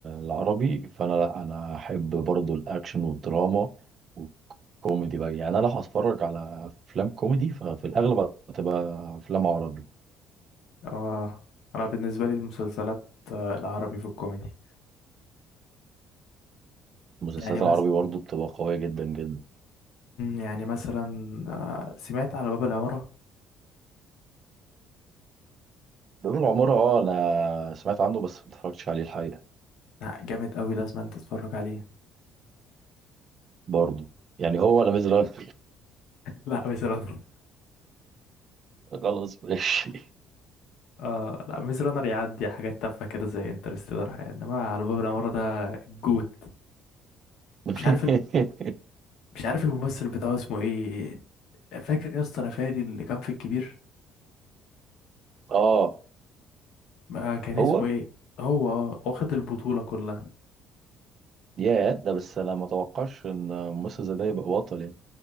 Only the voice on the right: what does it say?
العربي فانا لا انا احب برضو الاكشن والدراما والكوميدي بقى يعني انا لو هتفرج على افلام كوميدي ففي الاغلب هتبقى افلام عربي
المسلسلات
العربي برضو بتبقى قوية جدا جدا
بيوم العمارة اه انا سمعت عنه بس ما اتفرجتش عليه الحقيقة
برضه يعني هو ولا ميز رانر
<laughs> خلاص ماشي
<laughs>
اه
هو
يا ده بس انا ما اتوقعش ان ممثل زي ده يبقى بطل يعني